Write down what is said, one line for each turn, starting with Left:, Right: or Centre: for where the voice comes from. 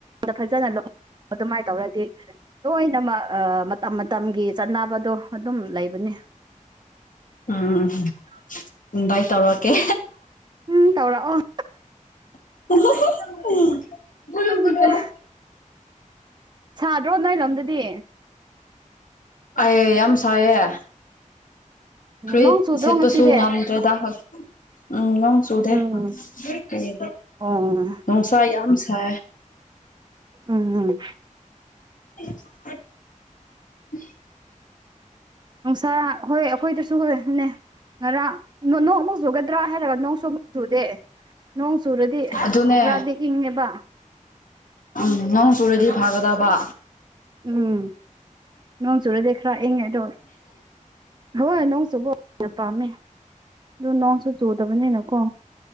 Right: ꯐꯖꯅ ꯂꯧ ꯑꯗꯨꯃꯥꯏꯅ ꯇꯧꯔꯗꯤ ꯂꯣꯏꯅꯃꯛ ꯃꯇꯝ ꯃꯇꯝꯒꯤ ꯆꯠꯅꯕꯗꯣ ꯑꯗꯨꯝ ꯂꯩꯕꯅꯤ
Left: ꯑꯝ ꯏꯟꯚꯥꯏꯠ ꯇꯧꯔꯛꯀꯦ
Right: ꯎꯝ ꯇꯧꯔꯛꯑꯣ
Left: <unintelligible>
Right: ꯑꯥ ꯁꯥꯗ꯭ꯔꯣ ꯅꯣꯏ ꯂꯣꯝꯗꯗꯤ
Left: ꯑꯩ ꯌꯥꯝ ꯁꯥꯏꯌꯦꯦ ꯐꯨꯔꯤꯠ
Right: ꯅꯣꯡ ꯆꯨꯗ꯭ꯔꯣ
Left: ꯁꯦꯠꯄꯁꯨ
Right: ꯉꯁꯤꯗꯤ
Left: ꯉꯝꯗ꯭ꯔꯦꯗ ꯍ ꯎꯝ ꯅꯣꯡ ꯆꯨꯗꯦ
Right: ꯎꯝ
Left: ꯀꯗꯤ
Right: ꯑꯣ ꯎꯝ
Left: ꯅꯨꯡꯁꯥ ꯌꯥꯝ ꯍ
Right: ꯎꯝ ꯍꯝ
Left: <unintelligible>
Right: ꯅꯨꯡꯁꯥꯔ ꯍꯣꯏ ꯑꯩꯈꯣꯏꯗꯁꯨ ꯍꯅꯦ ꯉꯔꯥꯡ ꯅꯣꯡꯃꯨꯛ ꯆꯨꯒꯗ꯭ꯔꯥ ꯍꯥꯏꯔꯒ ꯅꯣꯡꯁꯨ ꯑꯃꯨꯛ ꯆꯨꯗꯦ ꯅꯣꯡ ꯆꯨꯔꯗꯤ
Left: ꯑꯗꯨꯅꯦ
Right: ꯈꯔꯗꯤ ꯏꯪꯉꯦꯕ
Left: ꯎꯝ ꯅꯣꯡꯣꯟ ꯁꯨꯔꯗꯤ ꯐꯔꯗꯥꯕꯕꯥ
Right: ꯎꯝ ꯅꯣꯡ ꯆꯨꯔꯗꯤ ꯈꯔ ꯏꯪꯉꯦ ꯑꯗꯣ ꯍꯣꯏ ꯅꯣꯡ ꯆꯨꯕ ꯄꯥꯝꯃꯦ ꯑꯗꯨꯣ ꯅꯣꯡꯁꯨꯣ ꯆꯧꯗꯕꯅꯦꯅꯀꯣ